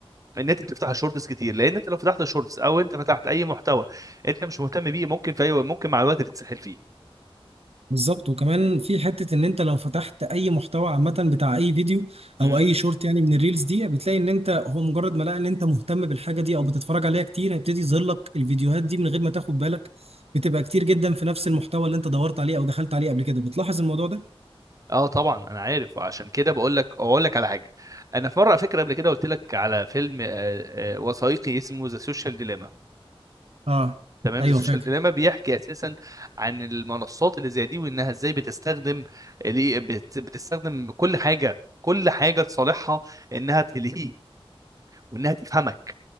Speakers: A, on the right; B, on the right.
A: ان انت بتفتح الشورتس كتير لان انت لو فتحت الشورتس او انت فتحت اي محتوى انت مش مهتم بيه ممكن في اي ممكن مع الوقت تتسحل فيه
B: بالظبط وكمان في حتة ان انت لو فتحت اي محتوى عامة بتاع اي فيديو او
A: امم
B: اي شورت يعني من الريلز دي بتلاقي ان انت هو مجرد ما لقى ان انت مهتم بالحاجة دي او بتتفرج عليها كتير هيبتدي يظهر لك الفيديوهات دي من غير ما تاخد بالك بتبقى كتير جدا في نفس المحتوى اللي انت دورت عليه او دخلت عليه قبل كده بتلاحظ الموضوع ده؟
A: اه طبعا انا عارف وعشان كده بقول لك اقول لك على حاجه انا في مره فاكر قبل كده قلت لك على فيلم آه، آه، وثائقي اسمه ذا سوشيال ديليما
B: اه
A: تمام
B: ايوه
A: ذا سوشيال
B: فاكر
A: ديليما بيحكي اساسا عن المنصات اللي زي دي وانها ازاي بتستخدم ال- بت- بتستخدم كل حاجه كل حاجه لصالحها انها تلهيك وانها تفهمك